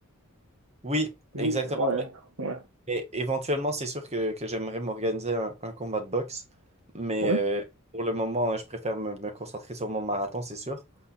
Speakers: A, on the right; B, on the right.
A: Oui,
B: Je-
A: exactement.
B: ouais, ouais.
A: Mais éventuellement, c'est sûr que, que j'aimerais m'organiser un, un combat de boxe. Mais
B: Ouais,
A: euh, pour le moment, euh, je préfère me, me concentrer sur mon marathon, c'est sûr.